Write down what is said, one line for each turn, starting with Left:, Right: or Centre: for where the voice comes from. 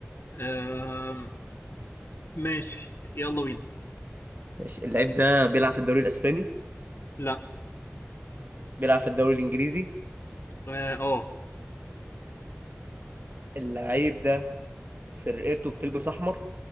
Left: آه ماشي يلا بينا
Right: ماشي اللعيب ده بيلعب في الدوري الاسباني
Left: لا
Right: بيلعب في الدوري الانجليزي
Left: اه آه.
Right: اللعيب ده فرقته بتلبس احمر